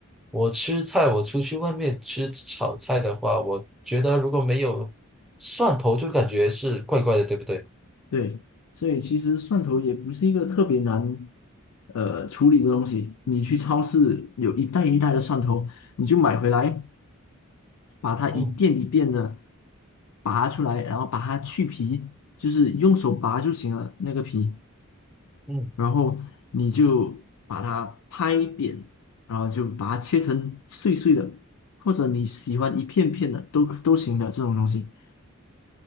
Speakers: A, in the centre; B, on the left.
A: 我吃菜，我出去外面吃炒菜的话，我觉得如果没有蒜头，就感觉是怪怪的，对不对？
B: 对，所以其实蒜头也不是一个特别难。呃，处理的东西，你去超市有一袋一袋的蒜头，你就买回来，把它一遍一遍的
A: 嗯
B: 拔出来，然后把它去皮，就是用手拔就行了那个皮，
A: 嗯，
B: 然后你就把它拍扁，然后就把它切成碎碎的，或者你喜欢一片片的都都行的这种东西，